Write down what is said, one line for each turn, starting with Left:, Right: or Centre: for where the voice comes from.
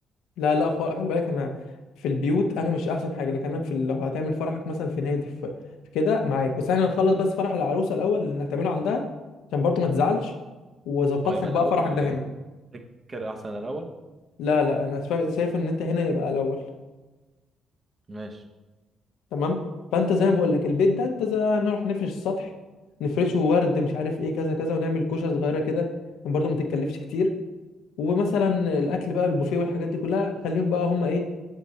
Left: لا لا خالص خلي بالك انا في البيوت انا مش احسن حاجه لكن انا في ال- لو هتعمل فرحك مثلا في نادي في, في كده معاك بس احنا نخلص بس فرح العروسه الاول اللي هتعمله عندها عشان برضو ما تزعلش واظبط
Right: هو يبقى
Left: لك بقى
Right: الاول
Left: فرحك
Right: ولا
Left: ده
Right: ايه؟
Left: هنا
Right: تفتكر احسن الاول؟
Left: لا لا انا شا- شايف ان انت هنا يبقى الاول
Right: ماشي
Left: تمام فانت زي ما بقول لك البيت ده انت زي هنروح نفرش السطح نفرشه ورد مش عارف ايه كذا كذا ونعمل كوشه صغيره كده برضو ما تتكلفش كتير ومثلا الاكل بقى البوفيه والحاجات دي كلها خليهم بقى هم ايه